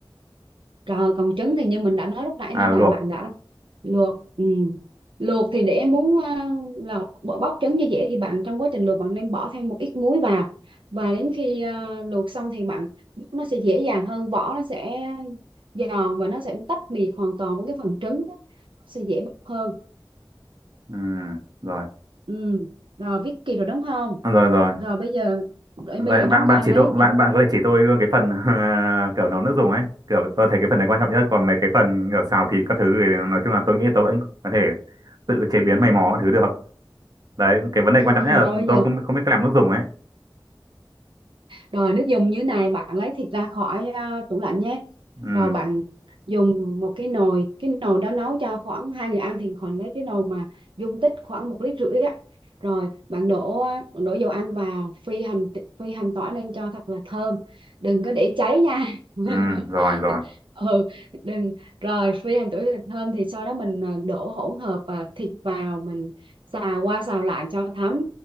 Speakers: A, on the right (about 75°); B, on the right (about 50°).
A: Rồi còn trứng thì như mình đã nói lúc nãy
B: à
A: đó là
B: luộc
A: bạn đã luộc ừ. Luộc thì để muốn à, là bỏ- bóc trứng cho dễ thì bạn trong quá trình luộc bạn nên bỏ thêm một ít muối vào và đến khi à, luộc xong thì bạn nó sẽ dễ dàng hơn vỏ nó sẽ giòn và nó sẽ tách biệt hoàn toàn với cái phần trứng đó. Nó sẽ dễ bóc hơn
B: Ừm, rồi
A: ừ. Rồi viết kịp rồi đúng không
B: À, rồi rồi
A: rồi bây giờ rồi
B: Vậy
A: bây giờ
B: bạn
A: chúng
B: bạn
A: ta
B: chỉ
A: lấy
B: tôi
A: thịt
B: bạn bạn có thể chỉ tôi luôn cái phần <laughs> kiểu nấu nước dùng ấy kiểu tôi thấy cái phần này quan trọng nhất còn mấy cái phần kiểu xào thịt các thứ thì nói chung là tôi nghĩ tôi vẫn có thể tự chế biến mày mò các thứ được đấy cái vấn
A: ừ,
B: đề quan
A: ừ,
B: trọng nhất là
A: rồi bây giờ
B: tôi không không biết cách làm nước dùng ấy
A: rồi nước dùng như này bạn lấy thịt ra khỏi à, tủ lạnh nhé
B: ừ
A: rồi bạn dùng một cái nồi cái nồi đó nấu cho khoảng hai người ăn thì khoảng lấy cái nồi mà dung tích khoảng một lít rưỡi á rồi bạn đổ bạn đổ dầu ăn vào phi hành phi hành tỏi lên cho thật là thơm đừng có để cháy nha <laughs>
B: ừ rồi rồi
A: ừ đừng rồi phi hành tỏi thật thơm thì sau đó mình à, đổ hỗn hợp à, thịt vào mình xào qua xào lại cho thấm